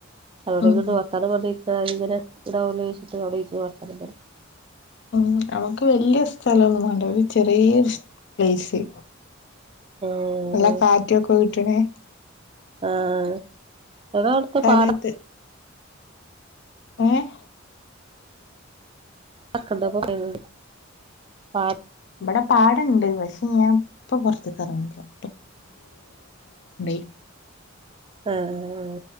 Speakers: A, on the right; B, on the left.
A: അവിടെ
B: ഉം
A: ഇന്ന് വർത്താനം പറഞ്ഞ് ഇ ഇങ്ങനെഇതാവല്ലോച്ചിട്ട് അവിടെ ഇരുന്ന് വർത്താനം പറയും
B: ഉമ് അവക്ക് വല്ല്യ സ്ഥലം ന്നും വേണ്ട ഒരു ചെറിയൊരു സ്‌പേസ്
A: ആ
B: നല്ല കാറ്റൊക്കെ കിട്ടണേ
A: ആഹ് അടുത്തെ
B: സ്ഥലത്ത്
A: പാടത്
B: ഏഹ്
A: ക്കണ്ട പോയത് പാടത്
B: വ്ടെ പാടണ്ട് പക്ഷെ ഞാൻ ഇപ്പൊ പുറത്തക്ക് ഇറങ്ങില്ല. <unintelligible>
A: ആഹ്